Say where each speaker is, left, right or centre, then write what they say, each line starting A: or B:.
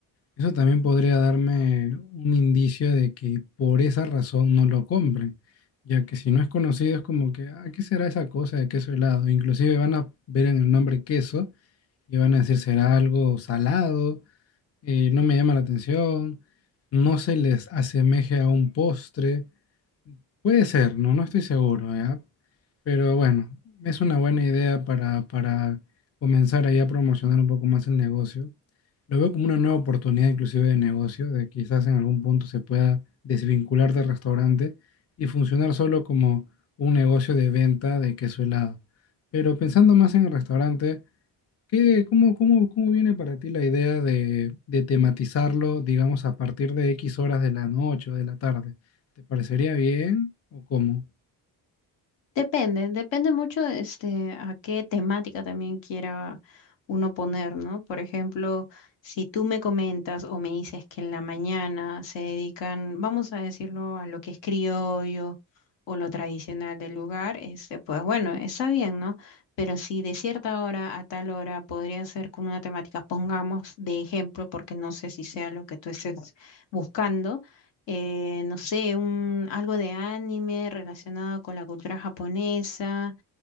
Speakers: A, on the left; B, on the left.
A: eso también podría darme un indicio de que por esa razón no lo compren, ya que si no es conocido es como que, ah, ¿qué será esa cosa de queso helado? Inclusive van a ver en el nombre queso y van a decir, ¿será algo salado? eh, no me llama la atención, no se les asemeje a un postre. Puede ser, no, no estoy seguro, ¿ya? Pero bueno, es una buena idea para, para comenzar ahí a promocionar un poco más el negocio. Lo veo como una nueva oportunidad inclusive de negocio, de quizás en algún punto se pueda desvincular del restaurante y funcionar solo como un negocio de venta de queso helado. Pero pensando más en el restaurante, ¿Qué, cómo, cómo, cómo viene para ti la idea de, de tematizarlo, digamos, a partir de X horas de la noche o de la tarde? ¿Te parecería bien o cómo?
B: Depende, depende mucho este, a qué temática también quiera uno poner, ¿no? Por ejemplo, si tú me comentas o me dices que en la mañana se dedican, vamos a decirlo, a lo que es criollo o lo tradicional del lugar, este, pues bueno, está bien, ¿no? Pero si de cierta hora a tal hora podría ser con una temática, pongamos de ejemplo, porque no sé si sea lo que tú estés buscando eh, no sé, un, algo de anime relacionado con la cultura japonesa,